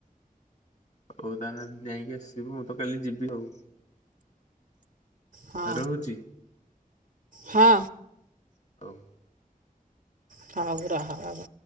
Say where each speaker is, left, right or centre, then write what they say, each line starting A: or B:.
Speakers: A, on the left; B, on the right.
A: ହଉ ତାହେଲେ ଯାଇକି ଆସିବୁ ମୁଁ ତ କାଲି ଯିବି ଆଉ।
B: ହଁ
A: ରହୁଛି।
B: ହଁ।
A: ହଉ।
B: ହଉ ରହ ରହ।